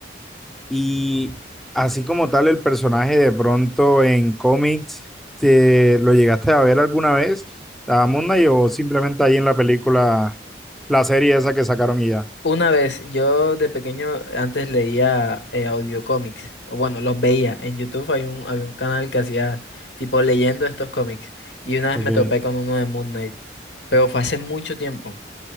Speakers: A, in the centre; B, on the left (about 80°).
A: Y así como tal, el personaje de pronto en cómics, ¿te lo llegaste a ver alguna vez a Moon Knight o simplemente ahí en la película, la serie esa que sacaron y ya?
B: Una vez, yo de pequeño antes leía eh, audiocómics, o bueno, los veía. En YouTube hay un, había un canal que hacía tipo leyendo estos cómics. Y una vez
A: Ok,
B: me topé con uno de Moon Knight, pero fue hace mucho tiempo.